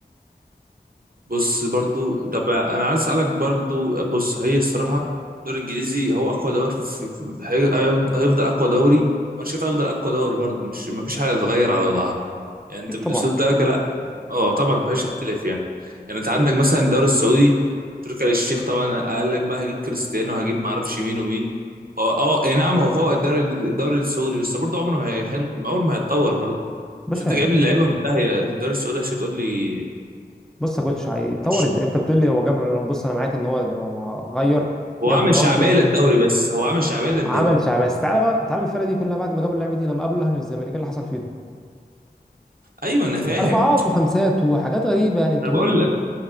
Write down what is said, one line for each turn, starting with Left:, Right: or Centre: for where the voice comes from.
Right: بص برضو طب انا عايز اسالك برضو بص هي الصراحه الدوري الانجليزي هو اقوى دوري في... في... هي- هيفضل اقوى دوري وانا شايف هيفضل اقوى دوري برضو مش ما فيش حاجه تتغير على وضعها يعني انت
Centre: اكيد
Right: بالاسلوب
Centre: طبعا
Right: ده لا اه طبعا ما فيهاش اختلاف يعني يعني انت عندك مثلا الدوري السعودي تركي آل الشيخ طبعا قال لك بقى هجيب كريستيانو هجيب ما اعرفش مين ومين هو اه اي نعم هو فوق الدوري الدوري السعودي بس برضه عمره ما هي... عمره ما هيتطور برضه
Centre: مش
Right: بس انت
Centre: هي-
Right: جايب لي لعيبه منتهيه في الدوري السعودي عشان تقول لي
Centre: بص يا كوتش هيطور
Right: مش
Centre: ازاي انت بتقول لي هو جاب رونالدو بص انا معاك ان هو ده ما غير
Right: هو
Centre: جاب
Right: عامل
Centre: رونالدو
Right: شعبيه للدوري بس هو عامل شعبيه للدوري
Centre: عمل شعب بس تعالى بقى تعالى الفرقه دي كلها بعد ما جابوا اللعيبه دي لما قابلوا اهلي والزمالك ايه اللي حصل فيهم؟
Right: ايوه انا فاهم
Centre: اربعات وخمسات وحاجات غريبه يعني انتوا
Right: انا بقول
Centre: انتوا
Right: لك